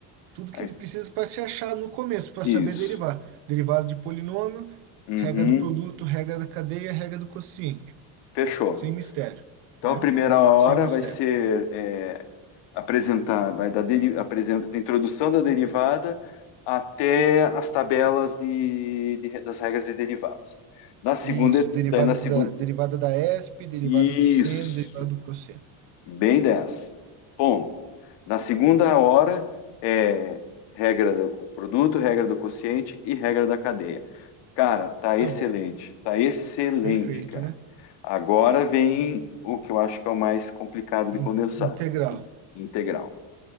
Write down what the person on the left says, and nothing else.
Aí,
Isso.
Uhum.
Fechou.
Então,
a primeira hora
vai ser é, apresentar, vai dar deri- apresenta, a introdução da derivada até as tabelas de, de- das regras de derivadas. Na segunda,
et-
daí na segunda,
isso.
Bem 10. Ponto. Na segunda hora é regra do produto, regra do quociente e regra da cadeia. Cara, tá
excelente, tá excelente,
cara.
Agora vem o que eu acho que é o mais complicado de
condensar,
in- integral,